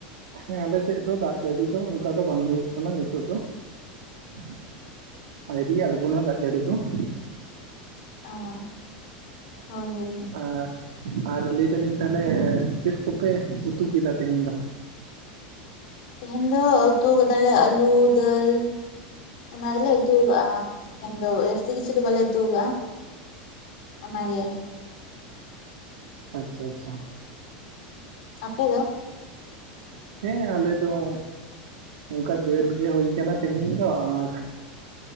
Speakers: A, on the right; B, on the left.
A: ᱦᱮᱸ ᱟᱞᱮ ᱥᱮᱜ ᱫᱚ ᱫᱟᱜ ᱡᱟᱹᱲᱤ ᱫᱚ ᱚᱱᱠᱟ ᱫᱚ ᱵᱟᱝ ᱦᱩᱭᱚᱜ ᱠᱟᱱᱟ ᱱᱤᱛᱚᱜ ᱫᱚ ᱾ ᱟᱹᱭᱨᱤ ᱟᱬᱜᱚᱱᱟ ᱫᱟᱜ ᱡᱟᱹᱲᱤ ᱠᱚ ᱾
B: <unintelligible> ᱾ <unintelligible> ᱾
A: <unintelligible> ᱟᱨ ᱞᱟᱹᱭᱮᱫᱟ ᱞᱤᱧ ᱛᱟᱦᱞᱮ ᱪᱮᱫ ᱠᱚᱯᱮ ᱩᱛᱩ ᱠᱮᱫᱟ ᱛᱮᱦᱮᱧ ᱫᱚ?
B: ᱛᱮᱦᱮᱱ ᱫᱚ ᱩᱛᱩᱠᱟᱫᱟ ᱞᱮ ᱟᱹᱞᱩ, ᱫᱟᱹᱞ ᱚᱱᱟ ᱜᱮᱞᱮ ᱩᱛᱩ ᱟᱠᱟᱜᱼᱟ ᱾ ᱛᱮᱦᱮᱱ ᱫᱚ ᱡᱟᱹᱥᱛᱤ ᱠᱤᱪᱷᱩ ᱫᱚ ᱵᱟᱞᱮ ᱩᱛᱩ ᱟᱠᱟᱜᱼᱟ ᱚᱱᱟ ᱜᱮ ᱾
A: ᱟᱪᱼᱪᱷᱟ ᱟᱪᱪᱷᱟ ᱾
B: ᱟᱯᱮ ᱫᱚ?
A: ᱦᱮᱸ ᱟᱞᱮ ᱫᱚ? ᱚᱱᱠᱟ ᱫᱟᱹᱞ ᱜᱮ ᱦᱩᱭᱟ ᱠᱟᱱᱟ ᱛᱮᱦᱮᱧ ᱫᱚ ᱟᱨ